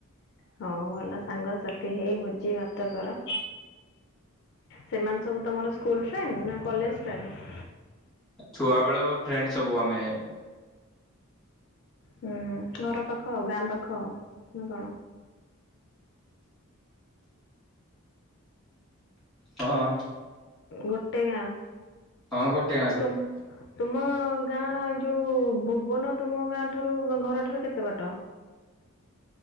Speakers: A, on the left; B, in the centre.
A: ହଉ ଭଲ ସାଙ୍ଗସାଥି ହେଇ ଭୁଜି ଭାତ କର। ସେମାନେ ସବୁ ତମର ସ୍କୁଲ ଫ୍ରେଣ୍ଡ ନା କଲେଜ ଫ୍ରେଣ୍ଡ?
B: ଛୁଆ ବେଳୁ ଫ୍ରେଣ୍ଡ ସବୁ ଆମେ।
A: ହୁଁ ହୁଁ ଘର ପାଖ ଆ ଗାଁ ପାଖ ଆ ନା କଣ?
B: ହଁ।
A: ଗୋଟେ ଗାଁ
B: ହଁ ଗୋଟେ ଗାଁରୁ
A: ତୁମ ତୁମ ଗାଁ ଯୋଉ ଭୁବନ ତୁମ ଗାଁ ଠାରୁ ଘରଠାରୁ କେତେ ବାଟ?